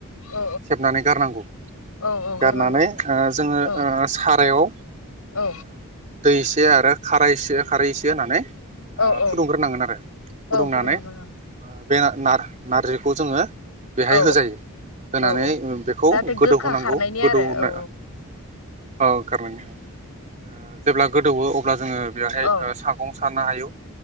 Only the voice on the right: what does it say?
सेबनानै गारनांगौ
गारनानै
ओ जोङो
ओ सारायाव ओ
दै इसे आरो खारायसे खारै एसे होनानै
ओ
फुदुंग्रोनांगोन आरो फुदुंनानै
ओ
बे नार नारजिखौ जोङो बेहाय
होजायो होनानै
ओ बेखौ
गोदौ
होनांगौ
गोदौहोना
औ खारनायनि ओं ओ जेब्ला गोदौवो अ अब्ला जोङो बेवहाय
ओ सागं सानो हायो